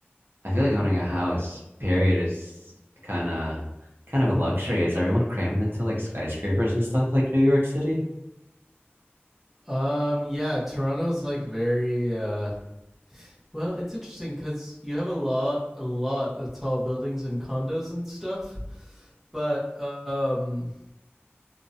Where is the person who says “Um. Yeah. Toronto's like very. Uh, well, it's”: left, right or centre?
Centre